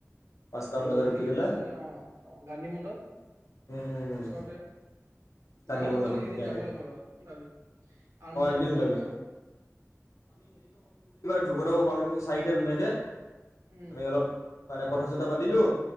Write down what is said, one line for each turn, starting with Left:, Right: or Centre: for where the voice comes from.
Left: পাঁচটা মান
Right: দৌৰি
Left: বজাত উঠিব পালে
Right: তই অ গান্ধী মণ্ডপ
Left: উম উম উম
Right: ওচৰতে
Left: গান্ধী
Right: যাম
Left: মণ্ডপত
Right: বুলি এদিন
Left: ধুনীয়াকে
Right: যাব লাগিব ৰ ওলাবি আৰম্ভ
Left: অ একদিন
Right: কৰিব লাগিব
Left: ওলাবি
Right: ন
Left: দুশ দুশ কৰি আমি চাৰিটা ধুনীয়াকে
Right: উম
Left: আমি অলপ মানে কথা চথা পাতিলো